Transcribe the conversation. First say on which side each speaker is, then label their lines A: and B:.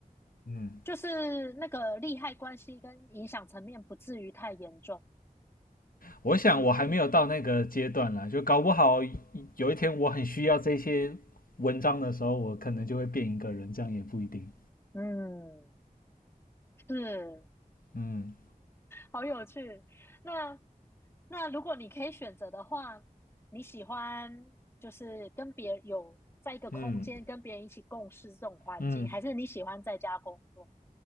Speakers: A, on the left; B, on the left.
A: 嗯，
B: 就是那个利害关系跟影响层面不至于太严重。
A: 我想我还没有到那个阶段啦，就搞不好有一天我很需要这些文章的时候，我可能就会变一个人，这样也不一定。
B: 嗯，是，
A: 嗯
B: 好有趣。那那如果你可以选择的话，你喜欢就是跟别人有在一个空间跟别人一起共事这种环境，
A: 嗯嗯，
B: 还是你喜欢在家工作、